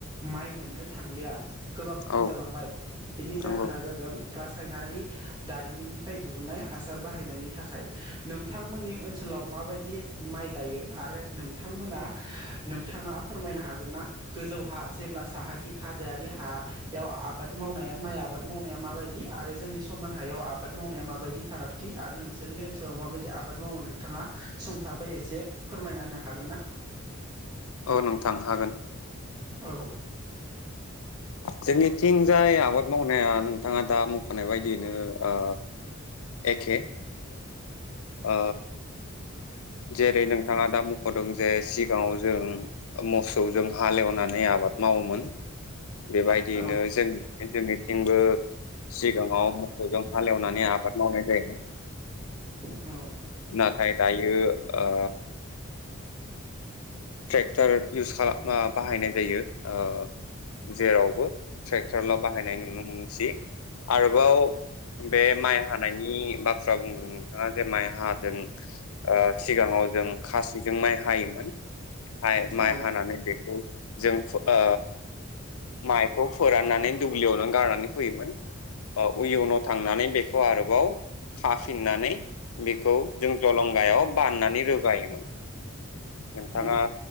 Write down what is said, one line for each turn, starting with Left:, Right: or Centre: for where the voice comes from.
Right: माइ मोननो थांलिया। गोबां खम
Left: औ
Right: जालांबाय बेनि जाहोना
Left: नंगौ
Right: जादों रासायनारि दारिमिननिफ्राय दिहुनन्नाय हासार बाहायनायनि थाखाय नोंथांमोननि ओनसोलाव माबायदि माइ गायो आरो नोंथांमोना नोंथाङा फोरमायनो हागोन ना गोजौ हा जेब्ला साहाखिं हाजोआरि हायाव बेयाव आबाद मावनाया माइ आबाद मावनाया माबायदि आरो जोंनि समान हायाव आबाद मावनाया माबायदि फारागथि आरो नोंसोरनि ओनसोलाव माबायदि आबाद मावो नोंथाङा सुंथाबै एसे फोरमायना होनो हागोन ना
Left: औ नोंथां हागोन
Right: औ
Left: जोंनिथिं जाय आबाद मावनाय नाया नोंथाङा दा मखानाय बायदियैनो ओ एखे ओ जेरै नोंथाङा दा मख'दों जे सिगाङाव जों मोसौजों हालेवनानै आबाद मावोमोन। बेबायदियैनो
Right: औ
Left: जों जोंनिथिंबो सिगाङाव मोसौजों हालेवनानै आबाद मावनाय जायोमोन।
Right: औ
Left: नाथाय दायो ओ ट्रेक टार इउस खालाम बाहायनाय जायो ओ जेरावबो ट्रेक्टरल' बाहायनाय नुनो मोनसै। आरोबाव बे माइ हानायनि बाथ्रा बुंदों नोंथाङा जे माइ हादों ओ सिगाङाव जों खासिजों माइ हायोमोन। हाइ
Right: औ
Left: माइ हानानै बेखौ जों फु-ओ माइखौ फोराननानै दुब्लियाव नों गारनानै फैयोमोन। उयुनाव थांनानै बेखौ आरोबाव खाफिननानै बेखौ जों जलंगायाव बाननानै रोगायोमोन। नोंथाङा
Right: औ